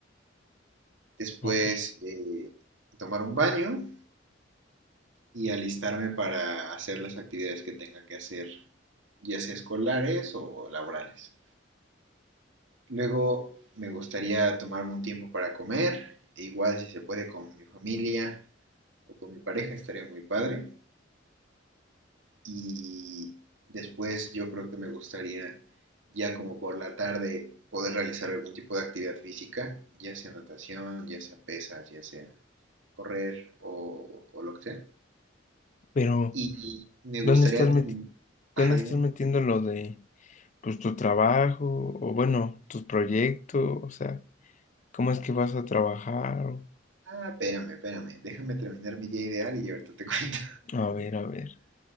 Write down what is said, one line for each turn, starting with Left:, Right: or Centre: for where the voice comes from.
Right: Después
Left: Ok.
Right: eh, tomar un baño y alistarme para hacer las actividades que tenga que hacer, ya sea escolares o laborales. Luego me gustaría tomarme un tiempo para comer, e igual si se puede con mi familia o con mi pareja estaría muy padre. y después yo creo que me gustaría ya como por la tarde poder realizar algún tipo de actividad física, ya sea natación, ya sea pesas, ya sea correr o, o lo que sea.
Left: Pero,
Right: Y me gustaría
Left: ¿dónde estás
Right: terminar...
Left: meti- dónde
Right: Ajá, dime.
Left: estás metiendo lo de, pues, tu trabajo o, bueno, tus proyectos? O sea, ¿cómo es que vas a trabajar? O-
Right: Ah, espérame, espérame. Déjame terminar mi día ideal y ahorita te <laughs> cuento.
Left: A ver, a ver.